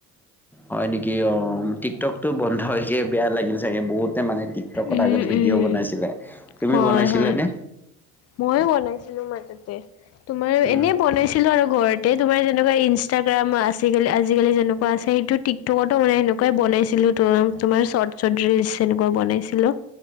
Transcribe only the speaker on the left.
উম
উম
হয়
হয়
ময়ো বনাইছিলো মাজতে তোমাৰ
এনে বনাইছিল ছিলো আৰু ঘৰতে তোমাৰ যেনেকুৱা ইনষ্টাগ্ৰাম, আছিকালি আজিকালি যেনেকুৱা আছে সেইটো টীক- টকতো মানে সেনেকুৱাই বনাইছিলো ত তোমাৰ শৰ্ট শট ৰিলচ এনেকুৱা বনাইছিলো।